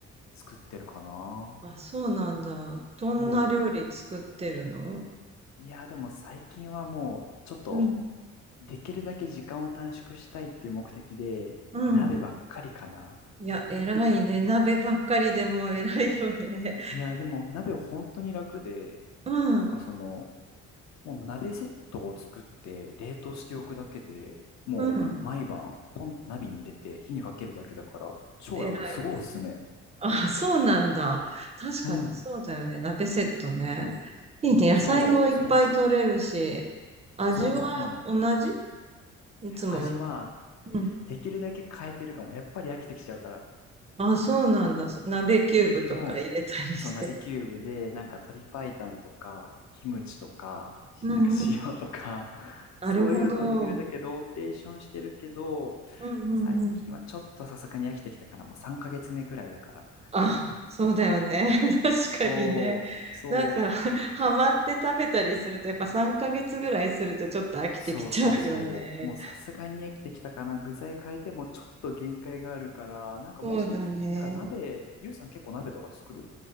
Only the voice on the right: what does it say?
あ、そうなんだ。どんな料理作ってるの
うん、
うん。
いや、偉いね。鍋ばっかりでも偉いよね。
うん、
うん。
偉い。
あ、そうなんだ。確かにそうだよね。
鍋セットね。
いいね。野菜もいっぱい取れるし、
味は同じ
いつもう
ん。
あ、そうなんだ。そ鍋キューブとか入れたりして。
うんうん。
なるほど。
うんうんうん。
あ、そうだよね。<laughs> 確かにね。
なんか、<laughs> ハマって食べたりすると、やっぱ3ヶ月ぐらいするとちょっと飽きてきちゃうよね。
そうだね。